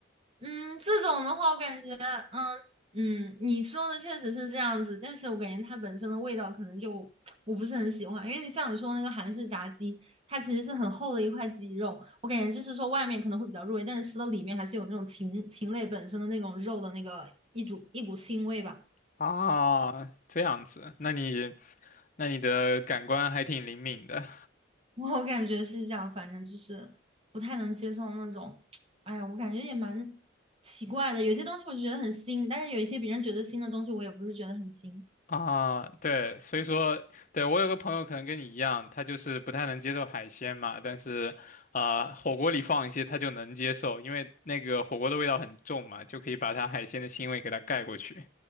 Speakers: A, on the right (about 30°); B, on the left (about 40°).
A: 嗯，这种的话，我感觉，嗯嗯，你说的确实是这样子，但是我感觉它本身的味道可能就我不是很喜欢，因为你像你说那个韩式炸鸡，它其实是很厚的一块鸡肉，我感觉就是说外面可能会比较入味，但是吃到里面还是有那种禽禽类本身的那种肉的那个一股一股腥味吧，
B: 啊，这样子，那你那你的感官还挺灵敏的。
A: <laughs> 我感觉是这样，反正就是不太能接受那种，哎呀，我感觉也蛮奇怪的，有些东西我觉得很腥，但是有一些别人觉得腥的东西，我也不是觉得很腥。
B: 啊，对，所以说，对，我有个朋友可能跟你一样，他就是不太能接受海鲜嘛，但是，呃，火锅里放一些他就能接受，因为那个火锅的味道很重嘛，就可以把他海鲜的腥味给他盖过去。